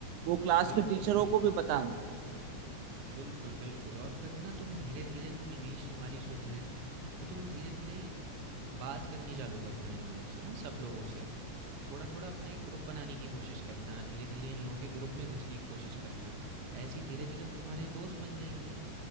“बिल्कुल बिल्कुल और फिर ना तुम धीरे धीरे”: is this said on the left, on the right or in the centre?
Right